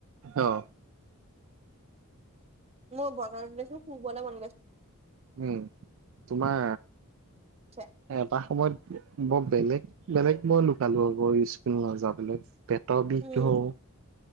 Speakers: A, on the right; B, on the right.
A: অ
B: মই বজাৰত গৈছো শুবলৈ মন গৈছে
A: উম তোমাৰ
B: গৈছে
A: এটা সময়ত বৰ বেলেগ বেলেগ মই লুকালো আকৌ ইউজক নাযাবলে পেটৰ বিষ
B: উম
A: ধওঁ